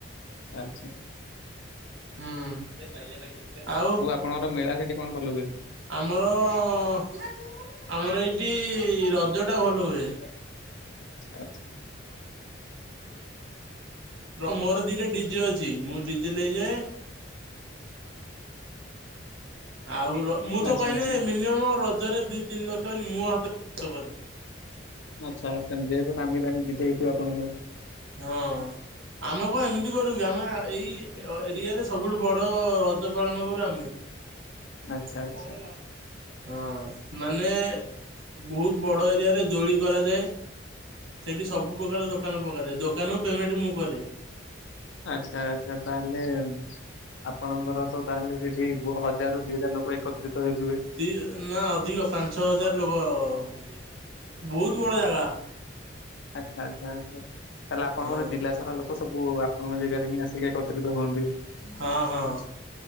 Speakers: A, on the left; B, on the right.
A: ଆଚ୍ଛା
B: ହୁଁ ଆଉ
A: କଣ ଗୋଟେ ମେଳା ସେଠି କଣ ଭଲ ହୁଏ?
B: ଆମର ଅ ଆମର ଏଇଠି ରଜ ଟା ଭଲ ହୁଏ।
A: ଆଛା ଆଛା।
B: ମୋର ଦିରେ ଡିଜେ ଅଛି ମୁଁ ଡିଜେ ନେଇଇଯାଏ ଆଉ ଅ ମୁଁ ତ
A: ଆଚ୍ଛା
B: କହିଲେ
A: ଆଚ୍ଛା।
B: ମିନିମମ ରଜରେ ଦି ତିନି ଲକ୍ଷ ମୋ ହାତରେ ଖର୍ଚ୍ଚ କରେ।
A: ଆଚ୍ଛା ସେମିତି ହେଲେ ନାମି ଦାମୀ ବିଜେ ହେଇ ଥିବେ ଆପଣଙ୍କର।
B: ହଁ। ଆମେ କଣ ଏମିତି କରୁ କି ଆମେ ଏଇ ଏରିଆରେ ସବୁଠୁ ବଡ ରଜ ପାଳନ କରୁ ଆମେ।
A: <inaudible>
B: ଆ
A: ଆଚ୍ଛା।
B: କର ନା ହଁ ମାନେ ବହୁତ ବଡ ଏରିଆ ରେ ଦୋଳି କରାଯାଏ। ସେଇଠି ସବୁ ପ୍ରକାର ଦୋକାନ ପକାଯାଏ ଦୋକାନ ପେମେଣ୍ଟ ମୁଁ କରେ।
A: ଆଚ୍ଛା ଆଚ୍ଛା ତାହେଲେ ଆପଣଙ୍କର ତ ତାହେଲେ ସେଠି ହଜାରରୁ ଦିଇ ହଜାର ଲୋକ ଏକତ୍ରିତ ହଉଥିବେ।
B: ଦି ନା ଅଧିକ ପାଞ୍ଚ ଛଅ ହଜାର ଲୋକ ହୁଅନ୍ତି ବହୁତ ବଡ ଜାଗା।
A: ଆଚ୍ଛା ଆଚ୍ଛା ଆଚ୍ଛା ତାହେଲେ ଆପଣଙ୍କର
B: ହଁ
A: ଜିଲ୍ଲା ସାରା ଲୋକ ସବୁ ଆପଣଙ୍କ ଜାଗାରେ ହିଁ ଆସି ଟିକେ ଏକତ୍ରିତ ହୁଅନ୍ତି
B: ହଁ ହଁ